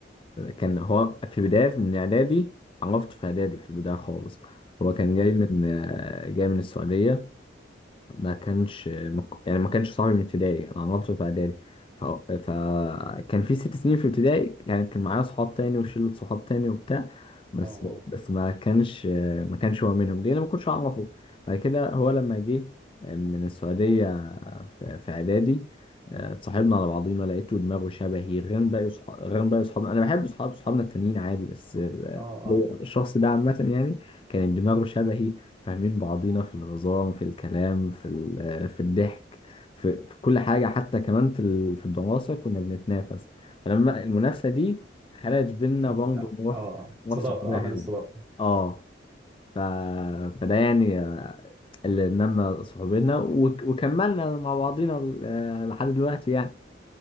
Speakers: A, on the left; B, on the right.
A: كان هو في بدايه من اعدادي عرفته في اعدادي في البدايه خالص هو كان جاي
B: اه
A: من جاي من السعوديه ما كانش مك... يعني ما كانش صاحبي من ابتدائي انا عرفته في اعدادي ف... فكان في ست سنين في ابتدائي يعني كان معايا صحاب تاني وشلة صحاب تاني وبتاع بس
B: اه اه
A: بس ما كانش ما كانش هو منهم ليه انا ما كنتش اعرفه بعد كده هو لما جه من السعودية في في اعدادي آه، اتصاحبنا على بعضينا لقيته دماغه شبهي غير باقي صحاب غير باقي صحابنا انا بحب صحاب صحابنا التانيين عادي بس ال-
B: اه
A: هو الشخص ده عامة يعني كان دماغه شبهي فاهمين بعضينا في الهزار في الكلام في ال- في الضحك في, في كل حاجة حتى كمان في ال- في الدراسة كنا بنتنافس فلما المنافسة دي خلقت بينا
B: اه
A: برضه روح
B: اه آه. صداقة
A: روح صحوبية
B: عمل
A: حلوة
B: الصداقة
A: اه ف... فده يعني اللي نمى صحوبينا وك... وكملنا مع بعضينا ل- لحد دلوقتي يعني